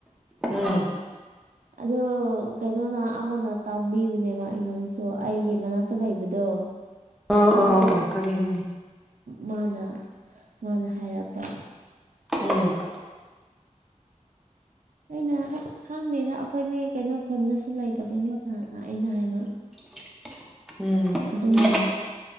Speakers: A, in the centre; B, on the right.
A: ꯎꯝ
B: ꯑ ꯀꯩꯅꯣꯅ ꯑꯃꯅ ꯇꯝꯕꯤꯕꯅꯦꯕ ꯑꯩꯉꯣꯟꯗꯁꯨ ꯑꯩꯒꯤ ꯃꯅꯥꯛꯇ ꯂꯩꯕꯗꯣ
A: ꯑꯣ ꯑꯣ ꯑꯣ ꯑꯣ ꯊꯪ ꯍꯥꯏꯝ
B: ꯃꯥꯅ ꯃꯥꯅ ꯍꯥꯏꯔꯛꯄ
A: ꯎꯝ
B: ꯑꯩꯅ ꯑꯁ ꯈꯪꯗꯦꯗ ꯑꯩꯈꯣꯏꯗꯤ ꯀꯩꯅꯣ ꯈꯨꯟꯗꯁꯨ ꯂꯩꯇꯕꯅꯤꯅ ꯑꯩꯅ ꯍꯥꯏꯕ
A: <unintelligible> ꯎꯝ
B: ꯑꯗꯨꯝ